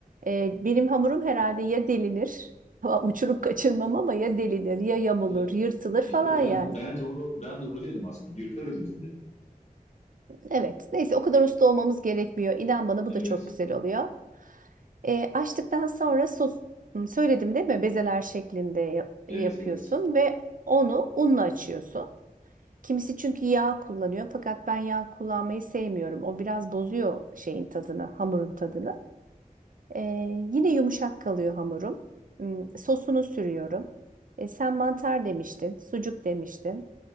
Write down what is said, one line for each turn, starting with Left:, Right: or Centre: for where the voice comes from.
Right: e, benim hamurum herhalde ya delinir, <laughs> uçurup kaçırmam ama ya delinir, ya yamulur,
Left: İşte,
Right: yırtılır
Left: işte
Right: falan
Left: ben
Right: yani.
Left: ben de onu ben de onu dedim aslında. Yırtarız biz dedim.
Right: Evet. Neyse o kadar usta olmamız gerekmiyor. İnan bana
Left: Evet.
Right: bu da çok güzel oluyor. E, açtıktan sonra sos söyledim değil mi? Bezeler şeklinde yap-
Left: Evet
Right: yapıyorsun
Left: evet.
Right: ve onu unla açıyorsun. Kimisi çünkü yağ kullanıyor fakat ben yağ kullanmayı sevmiyorum. O biraz bozuyor şeyin tadını, hamurun tadını. Ee, yine yumuşak kalıyor hamurum. Hmm, sosunu sürüyorum. E, sen mantar demiştin, sucuk demiştin.